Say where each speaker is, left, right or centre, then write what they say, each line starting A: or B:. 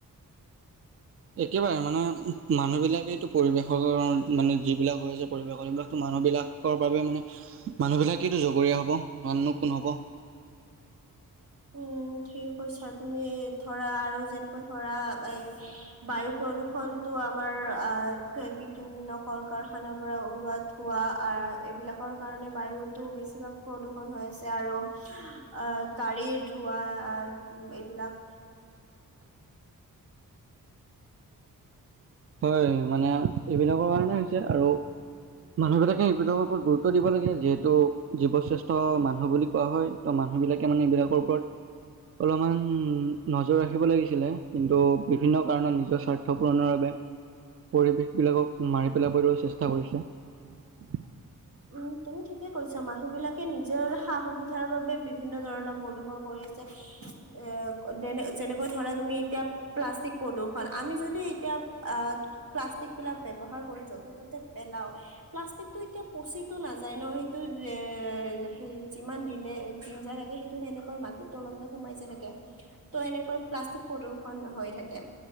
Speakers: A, on the right; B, on the right.
A: একেবাৰে মানে, উহ, মানুহ বিলাকেইটো পৰিৱেশৰ, মানে যিবিলাক হৈ আছে পৰিৱেশৰ হেবিলাকটো মানুহ বিলাকৰ বাবে মানে, মানুহ বিলাকেইটো জগৰীয়া হব! অননো কোন হব?
B: উম, ঠিক কৈছা তুমি। ধৰা, আৰু যেনেকৈ ধৰা, এই বায়ুপ প্ৰদূষণটো আমাৰ আ বিভিন্ন কল-কাৰখানাৰ পৰা ওলোৱা ধোৱা আ আ এইবিলাকৰ কাৰণে বায়ুতো বেছিভাগ প্ৰদূষণ হৈ আছে আৰু আ গাড়ীৰ ধোৱা আ ইট এইবিলাক
A: হয়। মানে এইবিলাকৰ কাৰণে হৈছে, আৰু মানুহ বিলাকে এইবিলাকৰ ওপৰত গুৰুত্ব দিব লাগে, যিহেতু জীৱ শ্ৰেষ্ঠ মানুহ বুলি কোৱা হয় ত মানুহ বিলাকে মানে এইবিলাকৰ ওপৰত অলমান নজৰ ৰাখিব লাগিছিলে, কিন্তু বিভিন্ন কাৰণত নিজৰ স্বাৰ্থ পূৰণৰ বাবে পৰিৱেশবিলাকক মাৰি পেলাবলৈ চেষ্ঠা কৰিছে।
B: উম তুমি ঠিকে কৈছা। মানুহ বিলাকে নিজৰ সা- সুবিধাৰ বাবে বিভিন্ন ধৰণৰ প্ৰদূষণ কৰি আছে। এ দেনে যেনেকৈ ধৰা, তুমি এতিয়া প্লাষ্টিক প্ৰদূষণ। আমি যদি এতিয়া আহ প্লাষ্টিক বিলাক ব্যৱহাৰ কৰি য'তে ত'তে পেলাও, প্লাষ্টিকটো এতিয়া পচিটো নাযায় ন! হেইটো <unintelligible> হেই যিমান দিনে দিন যায় থাকে হেইটো হেনেকৈ মাটিত তললৈ সোমাই যায় থাকে। ত এনেকৈ প্লাষ্টিক প্ৰদূষণ হৈ থাকে।